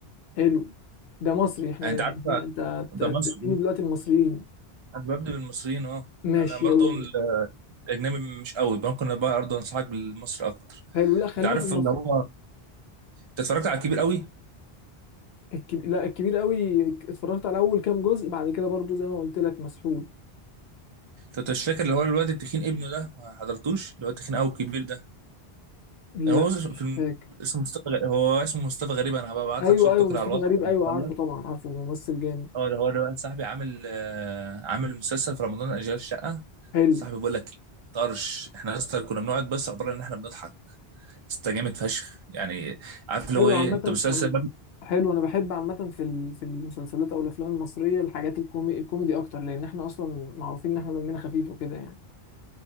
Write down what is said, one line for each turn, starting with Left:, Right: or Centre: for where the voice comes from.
Left: حلو ده مصري إحنا
Right: انت
Left: إحنا-
Right: عارف
Left: أنت أنت-
Right: ده
Left: أنت
Right: مصر
Left: تديني دلوقتي المصريين
Right: انا ببدأ بالمصريين اه
Left: ماشي
Right: انا برضو
Left: يلا بينا
Right: الاجنبي مش قوي ممكن بقى برضو انصحك بالمصري اكتر
Left: حلو لا خلينا
Right: انت عارف
Left: في المصري
Right: اللي هو انت اتفرجت على الكبير قوي
Left: الكب... لا الكبير قوي اتفرجت على اول كام جزء بعد كده برضو زي ما قلت لك مسحول
Right: انت مش فاكر اللي هو الواد التخين ابنه ده ما حضرتوش اللي هو التخين قوي الكبير ده
Left: لا
Right: هو في
Left: مش
Right: الم...
Left: فاكر
Right: اسمه مصطفى غ- هو اسمه مصطفى غريب انا هبعت
Left: ايوه
Right: لك صورته
Left: ايوه
Right: كده
Left: مصطفى
Right: على الواتس
Left: غريب
Right: لما
Left: ايوه عارفه
Right: نخلص
Left: طبعا عارفه ممثل جامد
Right: اه ده هو ده بقى صاحبي عامل آه، عامل مسلسل في رمضان اجيال الشقه
Left: حلو
Right: صاحبي بيقول لك طرش احنا اصلا كنا بنقعد بس عباره ان احنا بنضحك استجامد فشخ يعني عارف اللي
Left: حلو
Right: هو ايه
Left: عامه
Right: انت مسلسل
Left: أم... حلو انا بحب عامه في ال... في المسلسلات او الافلام المصريه الحاجات الكومي... الكوميدي اكتر لان احنا اصلا معروفين ان احنا دمنا خفيف وكده يعني